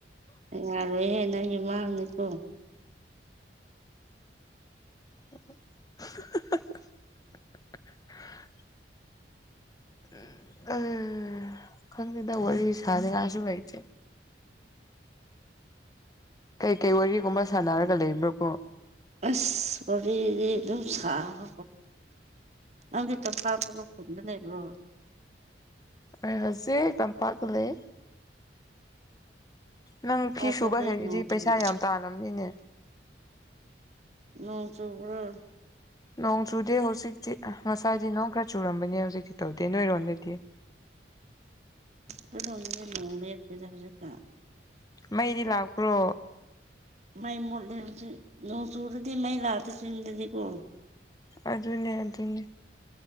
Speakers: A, on the right; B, on the left.
A: ꯌꯥꯔꯣꯏꯍꯦ ꯅꯪꯒꯤ ꯃꯥꯡꯅꯦꯀꯣ
B: <unintelligible> ꯎꯝ ꯎꯟ ꯈꯪꯗꯦꯗ ꯋꯥꯔꯤ ꯁꯥꯅꯤꯡꯉꯥꯏꯁꯨ ꯂꯩꯇꯦ ꯀꯩ ꯀꯩ ꯋꯥꯔꯤꯒꯨꯝꯕ ꯁꯥꯟꯅꯔꯒ ꯂꯩꯕ꯭ꯔꯣ ꯀꯣ
A: ꯑꯁ ꯋꯥꯔꯤꯗꯤ ꯑꯗꯨꯝ ꯁꯥꯕ ꯅꯪꯗꯤ ꯇꯄꯥꯛ ꯇ ꯄꯨꯗꯅꯦꯢꯕ꯭ꯔꯣ
B: ꯍꯧꯖꯤꯦ ꯇꯝꯄꯄꯥꯛꯒ ꯂꯩ ꯅꯪ
A: ꯇꯝꯄꯥꯛꯇꯗꯤ
B: ꯐꯤ ꯁꯨꯕ ꯍꯩꯔꯗꯤ
A: ꯅꯣꯡ ꯆꯨꯕ꯭ꯔꯣ
B: ꯄꯩꯁꯥ ꯌꯥꯝ ꯇꯥꯜꯂꯝꯅꯤꯅꯦ
A: ꯅꯣꯡ ꯆꯣꯕ꯭ꯔꯥ
B: ꯅꯣꯡ ꯆꯨꯗꯦ ꯍꯧꯖꯤꯛꯇꯤ ꯉꯁꯥꯏꯗꯤ ꯅꯣꯡ ꯈꯔ ꯆꯨꯔꯝꯕꯅꯦ ꯍꯧꯖꯤꯛꯇꯤ ꯇꯧꯗꯦ ꯅꯣꯏꯔꯣꯝꯗꯗꯤ
A: ꯗꯅ ꯑꯗꯨꯦꯀꯦꯖꯥꯁꯨꯥ
B: ꯃꯩꯗꯤ ꯂꯥꯛꯄ꯭ꯔꯣ
A: ꯃꯥꯏ ꯃꯣꯠꯂꯦꯕꯁꯨ ꯅꯣꯡ ꯆꯨꯔꯗꯤ ꯃꯩ ꯂꯥꯛꯑꯗꯤ ꯆꯤꯡꯗꯗꯤꯀꯣ
B: ꯑꯗꯨꯅꯦ ꯑꯗꯨꯅꯦ